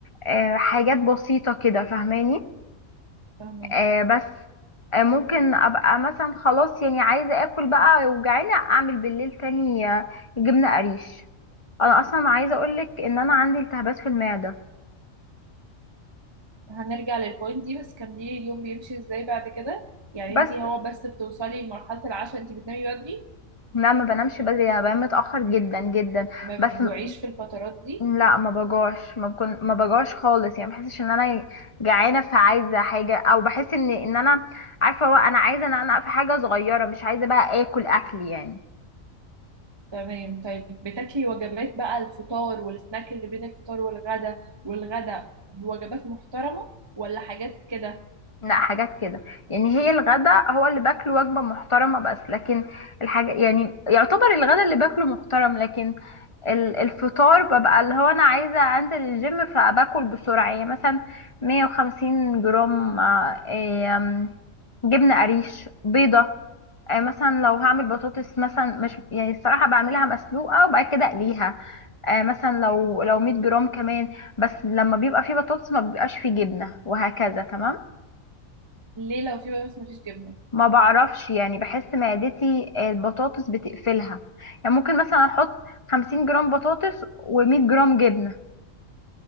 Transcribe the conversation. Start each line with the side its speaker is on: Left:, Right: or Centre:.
Left: آه، حاجات بسيطه كده فاهماني
Right: فاهمك
Left: آه بس آه ممكن ابقى مثلا خلاص يعني عايزه اكل بقى وجعانه اعمل بالليل تاني آه، جبنه قريش انا اصلا عايزه اقولك ان انا عندي التهابات في المعده
Right: هنرجع للبوينت دي بس كملي اليوم بيمشي ازاي بعد كده يعني
Left: بس
Right: انتي هو بس بتوصلي لمرحله العشاء انتي بتنامي بدري
Left: لا ما بنامش بدري انا بنام متاخر جدا جدا
Right: ما
Left: بس
Right: بتجوعيش
Left: م-
Right: في الفترات دي
Left: لا ما بجوعش ما بكون ما بجوعش خالص يعني ما بحسش ان انا جعانه فعايزه حاجه او بحس ان ان انا عارفه هو انا عايزه ان انا في حاجه صغيره مش عايزه بقى اكل اكل يعني
Right: تمام طيب بتاكلي وجبات بقى الفطار والسناك اللي بين الفطار والغدا والغدا بوجبات محترمة ولا حاجات كده
Left: لا حاجات كده يعني هي الغدا هو اللي باكله وجبة محترمة بس لكن الحاجة يعني يعتبر الغدا اللي باكله محترم لكن ال- الفطار ببقى اللي هو انا عايزة انزل الجيم فباكل بسرعة يعني مثلا 150 جرام آه، إيه، آم، جبنة قريش بيضة آه، مثلا لو هعمل بطاطس مثلا مش يعني الصراحة بعملها مسلوقة وبعد كده اقليها آه، مثلا لو لو 100 جرام كمان بس لما بيبقى فيه بطاطس ما بيبقاش فيه جبنة وهكذا تمام
Right: ليه لو في بس مفيش جبنة
Left: ما بعرفش يعني بحس معدتي آه، البطاطس بتقفلها يعني ممكن مثلا احط خمسين جرام بطاطس ومية جرام جبنة